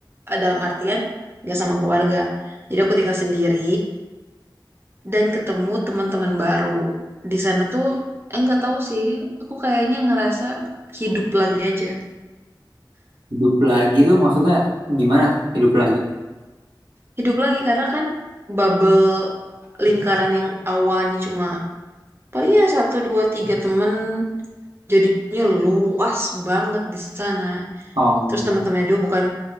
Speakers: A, on the right (about 30°); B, on the right (about 70°).
A: eh, dalam artian nggak sama keluarga. Jadi aku tinggal sendiri dan ketemu teman-teman baru. Di sana tuh eh, nggak tahu sih. Aku kayaknya ngerasa hidup lagi aja.
B: Hidup lagi tuh maksudnya gimana tuh hidup lagi?
A: Hidup lagi karena kan bubble lingkaran yang awalnya cuma paling ya satu dua tiga temen Jadinya luas banget di sana.
B: Oh,
A: Terus teman-temannya juga bukan